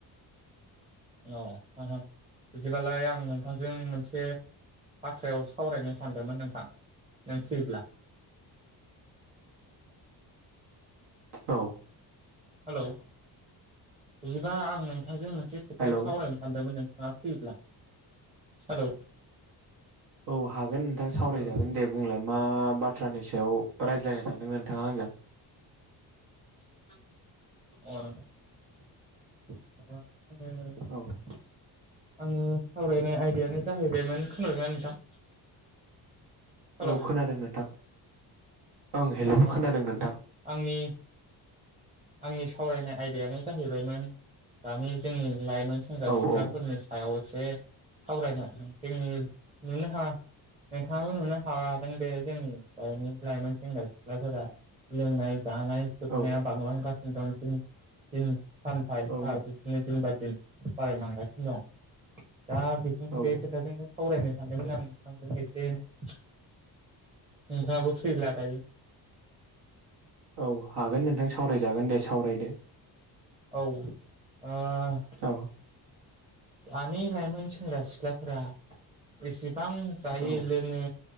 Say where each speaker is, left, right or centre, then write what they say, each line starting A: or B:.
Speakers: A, on the right; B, on the right.
A: <unintelligible> बिदिबालाय आं नोंथांजों मोनसे बाथ्रायाव सावरायनो सानदोंमोन नोंथां नों फ्रिब्ला <inaudible>
B: औ
A: हेलौ बिदिबा आं नोंथांजों मोनसे खोथायाव
B: हेलौ
A: सावरायनो सानदोंमोन नों <unintelligible> हेलौ
B: औ हागोन नोंथां सावरायजागोन
A: हेलौ
B: दे बुंलाय मा बाथ्रानि सायाव रायज्लायनो सानदों नोंथाङा आंजों
A: <unintelligible> <inaudible> <unintelligible>
B: औ
A: आंङो सावरायनाय आयदायानो जाहैबायमोन खोनादोंना नोंथां हेलौ
B: औ खोनादों नोंथां ओं हेलौ‌खोनादों
A: अ
B: नोंथां
A: आंनि आंनि सावरायनाय आयदायानो जाहैबायमोन दानि जोंनि लाइमोन सेंग्रा
B: औ
A: सिख्लाफोरनि
B: औ
A: सायाव एसे सावरायनाय जोंनि नुनो ह नोंथाङाबो नुनो हादों बे जोंनि दनि लाइमोन सेंग्रा सिख्लाफोरा लोंनाय जानाय सुथनाया
B: औ
A: बांला गासिनो दं दि सानफा एफा
B: औ
A: बिदिनो दिन बा दिन बारायलांगासिनो दं दा बेखौनो
B: औ
A: बे खोथाजोंनो सावरायनो सानदोंमोन आं नोंथांजों एसे ए नोंथांङाबो सैला दायो
B: औ हागोन नोंथां सावरायजागोन दे सावरायदो
A: औ ओ
B: औ
A: दानि लाइमोन सेंग्रा सिख्लाफोरा एसे गोबां जायो
B: औ
A: लोंङो